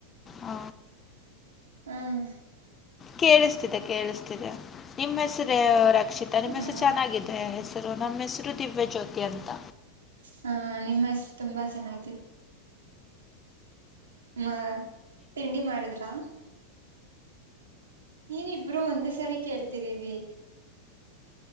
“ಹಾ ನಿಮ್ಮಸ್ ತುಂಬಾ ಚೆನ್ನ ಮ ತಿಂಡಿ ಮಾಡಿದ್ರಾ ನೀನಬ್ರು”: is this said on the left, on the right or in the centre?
Right